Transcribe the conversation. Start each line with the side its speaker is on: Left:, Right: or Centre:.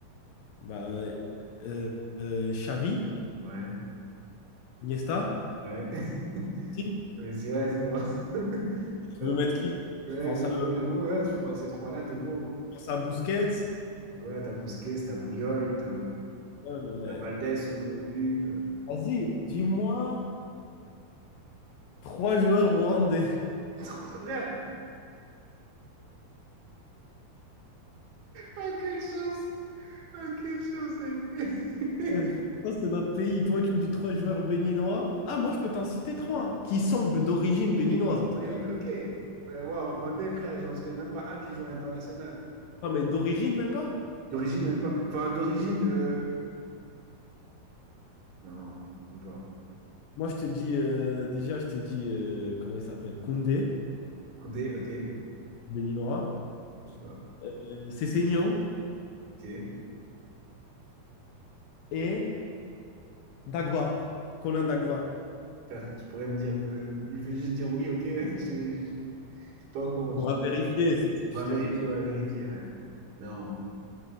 Left: Bah, euh, euh, euh, Xavi,
Right: Ouais,
Left: Iniesta,
Right: ouais. <laughs>
Left: si,
Right: Je me suis dit, ouais, c'est bon. <laughs>
Left: tu
Right: Mais
Left: veux
Right: bon,
Left: mettre qui?
Right: ouais,
Left: Tu penses
Right: j'avoue,
Left: à eux,
Right: j'avoue, ouais, tu prends ces trois-là, t'es bon.
Left: tu penses à Busquets.
Right: hein. Ouais, t'as Busquets, t'as Puyol, t'as
Left: Ouais, ouais.
Right: t'as Valdés au, au but. euh.
Left: Vas-y, dis-moi trois joueurs rwandais.
Right: <laughs> Vrai! Aucune chance! Aucune chance! mec.
Left: Ouais, Ça, c'est notre pays. Toi, tu me dis trois joueurs béninois. Ah, moi, je peux t'en citer trois, hein, qui sont b- d'origine béninoise,
Right: <laughs>
Left: en tout
Right: D'origine,
Left: cas.
Right: ok. Ouais, ouais, en Rwandais, frère, genre, je connais même pas un qui joue à l'international.
Left: Non, mais d'origine, même pas.
Right: D'origine, même pas. Enfin, d'origine. euh, Non, même pas.
Left: Moi, je te dis, euh, déjà, je te dis, euh, comment il s'appelle? Koundé,
Right: Koundé, ok.
Left: béninois.
Right: Je sais pas.
Left: Euh, Sessegnon
Right: Ok.
Left: et Dagba, Colin Dagba.
Right: Frère, tu pourrais me dire, euh, je vais juste dire oui, ok, <laughs> je, vais- je- t'es pas au courant
Left: On pourra
Right: du tout.
Left: vérifier, c'est- c'est- je
Right: On va
Left: te
Right: vérifier,
Left: dis.
Right: on va vérifier, ouais. Non,